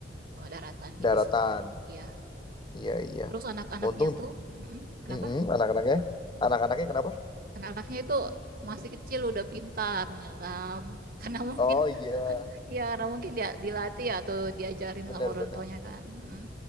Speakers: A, on the right; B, on the left.
A: eh, daratan
B: daratan,
A: di pesisir. sendiri. Iya.
B: iya iya.
A: Terus anak-anaknya
B: Untung
A: tuh, mm-mm, kenapa?
B: mm-mm, anak-anaknya, anak-anaknya kenapa?
A: Anak-anaknya itu masih kecil udah pintar nyelam. <laughs> Karena mungkin,
B: Oh iya,
A: ya karena mungkin dia dilatih atau diajarin
B: benar
A: sama orang
B: benar.
A: tuanya kan. Mm-mm.